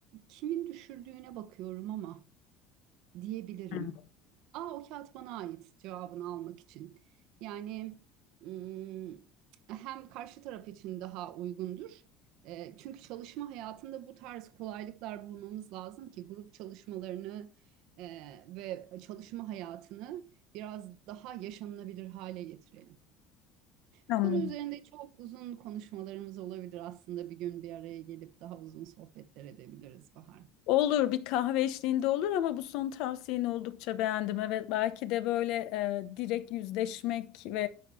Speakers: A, on the right; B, on the left.
A: kimin düşürdüğüne bakıyorum ama. diyebilirim.
B: Hı.
A: Aa o kağıt bana ait cevabını almak için. Yani ım, hem karşı taraf için daha uygundur. E, çünkü çalışma hayatında bu tarz kolaylıklar bulmamız lazım ki grup çalışmalarını e, ve çalışma hayatını biraz daha yaşanılabilir hale getirelim.
B: Anlıyorum.
A: Bu konu üzerinde çok uzun konuşmalarımız olabilir aslında bir gün bir araya gelip daha uzun sohbetler edebiliriz Bahar.
B: Olur bir kahve eşliğinde olur ama bu son tavsiyeni oldukça beğendim. Evet belki de böyle e, direkt yüzleşmek ve